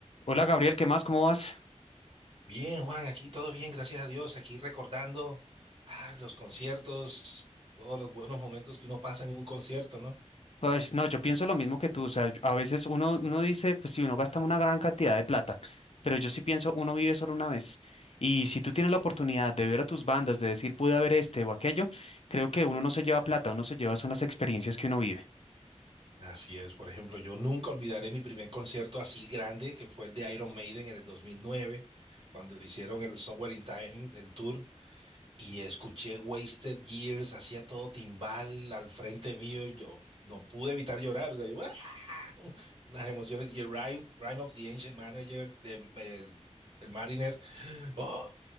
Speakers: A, on the left; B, on the right.
A: Hola Gabriel, ¿qué más? ¿Cómo vas?
B: Bien, Juan, aquí todo bien, gracias a Dios. Aquí recordando ah, los conciertos, todos los buenos momentos que uno pasa en un concierto, ¿no?
A: Pues no, yo pienso lo mismo que tú, o sea, yo- a veces uno, uno dice, pues si uno gasta una gran cantidad de plata, pero yo sí pienso, uno vive solo una vez. Y si tú tienes la oportunidad de ver a tus bandas, de decir, pude haber este o aquello, creo que uno no se lleva plata, uno se lleva son las experiencias que uno vive.
B: Así es, por ejemplo, yo nunca olvidaré mi primer concierto así grande, que fue el de Iron Maiden en el 2009, cuando hicieron el Somewhere in Time, el tour, y escuché Wasted Years, hacía todo timbal al frente mío, y yo no pude evitar llorar, o sea, yo, ¡ah! <laughs> unas emociones, y el Rime, Rime of the Ancient Manager de... El, el Mariner. ¡oh!